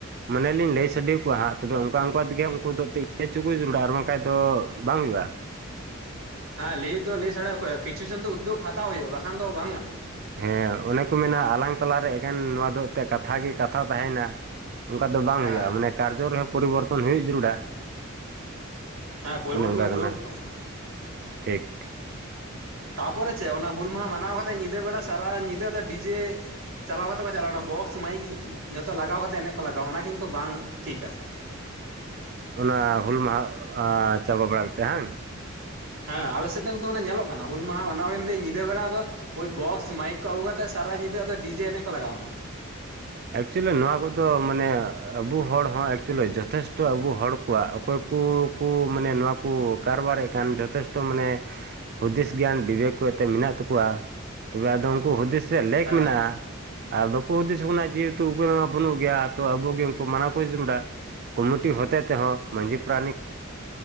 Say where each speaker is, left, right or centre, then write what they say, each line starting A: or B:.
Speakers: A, on the right; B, on the right.
A: ᱢᱚᱱᱮᱞᱤᱧ ᱞᱟᱹᱭ ᱥᱟᱰᱮᱠᱚᱣᱟ ᱛᱚᱵᱮ ᱚᱱᱠᱟ ᱚᱱᱠᱟ ᱛᱮᱜᱮ ᱩᱱᱠᱩ ᱫᱚ ᱤᱭᱟᱹ ᱪᱚᱠᱚ ᱡᱟᱹᱨᱩᱲᱟ ᱟᱨ ᱵᱟᱝᱠᱷᱟᱱ ᱫᱚ ᱵᱟᱝ ᱦᱩᱭᱩᱜᱼᱟ
B: ᱦᱮᱸ ᱞᱟᱹᱭ ᱫᱚ ᱞᱟᱹᱭ ᱥᱟᱲᱟᱮᱭᱟᱠᱚᱼᱟ ᱦᱚᱭᱚᱜᱼᱟ ᱠᱤᱪᱷᱩ ᱡᱚᱱ ᱫᱚ ᱩᱫᱽᱫᱜᱽ ᱦᱟᱛᱟᱣ ᱦᱩᱭᱩᱜᱼᱟ ᱵᱟᱠᱷᱟᱱ ᱫᱚ ᱵᱟᱝ ᱜᱟᱱᱚᱜᱼᱟ ᱾
A: ᱦᱮᱸ ᱚᱱᱮ ᱠᱚ ᱢᱮᱱᱟ ᱟᱞᱟᱝ ᱛᱟᱞᱟᱨᱮ ᱮᱠᱮᱱ ᱱᱚᱣᱟ ᱫᱚ ᱠᱟᱛᱷᱟ ᱜᱮ ᱠᱟᱛᱷᱟ ᱛᱟᱦᱮᱱᱟ ᱾ ᱚᱱᱠᱟ ᱫᱚ ᱵᱟᱝ
B: ᱦᱮᱸ
A: ᱦᱩᱭᱩᱜᱼᱟ ᱢᱟᱱᱮ ᱠᱟᱨᱡᱚ ᱨᱮᱦᱚᱸ ᱯᱚᱨᱤᱵᱚᱨᱛᱚᱱ ᱦᱩᱭᱩᱜ ᱡᱟᱹᱨᱩᱲᱟ
B: ᱦᱮᱸ ᱯᱚᱨᱤᱵᱚᱨᱛᱚᱱ
A: ᱚᱱᱮ ᱚᱝᱠᱟ
B: ᱡᱟᱹᱨᱩᱲ
A: ᱠᱟᱱᱟ
B: ᱛᱚ
A: ᱴᱷᱤᱠ
B: ᱛᱟᱯᱚᱨᱮ ᱪᱮᱫ ᱚᱱᱟ ᱦᱩᱞ ᱢᱟᱦᱟ ᱢᱟᱱᱟᱣ ᱠᱟᱛᱮᱫ ᱧᱤᱫᱟᱹ ᱵᱮᱲᱟ ᱥᱟᱨᱟ ᱧᱤᱫᱟᱹ ᱟᱫᱚ ᱰᱤᱡᱮ ᱪᱟᱞᱟᱣ ᱠᱟᱛᱮ ᱠᱚ ᱪᱟᱞᱟᱣ ᱮᱱᱟ ᱵᱚᱠᱥ ᱢᱟᱹᱭᱤᱠ ᱡᱷᱚᱛᱚ ᱞᱟᱜᱟᱣ ᱠᱟᱛᱮ ᱮᱱᱮᱡ ᱠᱚ ᱞᱟᱜᱟᱣ ᱮᱱᱟ ᱚᱱᱟ ᱠᱤᱱᱛᱩ ᱵᱟᱝ ᱴᱷᱤᱠᱟ ᱾
A: ᱚᱱᱟ ᱦᱩᱞ ᱢᱟᱦᱟ ᱪᱟᱵᱟ ᱵᱟᱲᱟ ᱠᱟ ᱠᱟᱛᱮᱫ ᱵᱟᱝ
B: ᱦᱮᱸ ᱟᱞᱮ ᱥᱮᱫ ᱫᱚ ᱱᱤᱛᱩᱜ ᱧᱮᱞᱚᱜ ᱠᱟᱱᱟ ᱦᱩᱞ ᱢᱟᱦᱟ ᱢᱟᱱᱟᱣ ᱦᱩᱭᱮᱱ ᱛᱮ ᱧᱤᱫᱟᱹ ᱵᱮᱲᱟ ᱫᱚ ᱳᱭ ᱵᱚᱠᱥ ᱢᱟᱭᱤᱠ ᱠᱚ ᱟᱹᱜᱩ ᱠᱟᱛᱮᱫ ᱥᱟᱨᱟ ᱧᱤᱫᱟᱹ ᱟᱫᱚ ᱰᱤᱡᱮ ᱮᱱᱮᱡ ᱠᱚ ᱞᱟᱜᱟᱣ ᱮᱱᱟ
A: ᱮᱠᱪᱩᱭᱮᱞᱤ ᱱᱚᱣᱟ ᱠᱚᱫᱚ ᱢᱟᱱᱮ ᱟᱵᱩ ᱦᱚᱲ ᱦᱚᱸ ᱮᱠᱪᱩᱭᱮᱞᱤ ᱡᱚᱛᱷᱮᱥᱴᱚ ᱟᱵᱩ ᱦᱚᱲ ᱠᱚᱣᱟᱜ ᱚᱠᱚᱭ ᱠᱩᱠᱩ ᱢᱟᱱᱮ ᱱᱚᱣᱟ ᱠᱚ ᱠᱟᱨᱵᱟᱨᱮᱫ ᱠᱟᱱ ᱡᱚᱛᱷᱮᱥᱴᱚ ᱢᱟᱱᱮ ᱦᱩᱫᱤᱥ ᱜᱮᱭᱟᱱ ᱵᱤᱵᱮᱠ ᱛᱮ ᱢᱮᱱᱟᱜ ᱛᱟᱠᱩᱣᱟ ᱛᱚᱵᱮ ᱩᱱᱠᱩ ᱦᱩᱫᱤᱥ ᱨᱮᱭᱟᱜ ᱞᱮᱠ
B: ᱦᱮᱸ
A: ᱢᱮᱱᱟᱜ-ᱟ ᱟᱨ ᱵᱟᱠᱩ ᱦᱩᱫᱤᱥ ᱵᱩᱱᱟ ᱡᱮᱦᱮᱛᱩ ᱩᱯᱟᱹᱭ ᱢᱟ ᱵᱟᱹᱱᱩᱜ ᱜᱮᱭᱟ ᱛᱚ ᱟᱵᱩ ᱜᱮ ᱩᱱᱠᱩ ᱢᱟᱱᱟᱣ ᱠᱚ ᱡᱟᱹᱨᱩᱲᱟ ᱠᱚᱢᱤᱴᱤ ᱦᱚᱛᱮ ᱛᱮᱦᱚᱸ ᱢᱟᱺᱡᱷᱤ ᱯᱨᱟᱱᱤᱠ